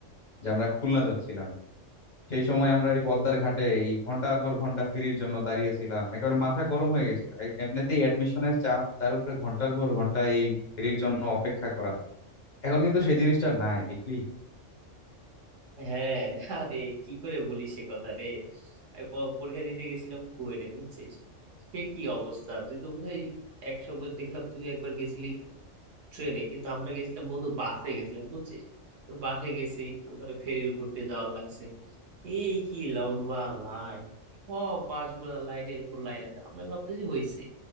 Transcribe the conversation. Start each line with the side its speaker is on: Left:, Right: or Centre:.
Left: যে আমরা খুলনা যাচ্ছিলাম সেই সময় আমরা এই পদ্মার ঘাটে এই ঘন্টার পর ঘন্টা ফেরির জন্য দাঁড়িয়েছিলাম একেবারে মাথা গরম হয়ে গেছিল এ- এমনিতেই অ্যাডমিশনের চাপ তার উপরে ঘন্টার পর ঘন্টা এই ফেরির জন্য অপেক্ষা করা এখন কিন্তু সেই জিনিসটা নাই দেখলি
Right: হ্যাঁ আরে কি করে ভুলিস সে কথা রে আমি প- পরীক্ষা দিতে গেছিলাম কুয়েটে বুঝছিস সে কি অবস্থা তুই তো বোধহয় এক সময় দেখলাম তুই একবার গেছিলি ট্রেনে কিন্তু আমরা গেছিলাম বন্ধু বাসে গেছিলাম বুঝছিস তো বাসে গেছি তো ওখানে ফেরির উপর দিয়ে যাওয়ার লাগছে এই কি লম্বা লাইন সব বাসগুলা লাইনের উপর লাইন আছে আমরা ভাবতেছি হয়েছে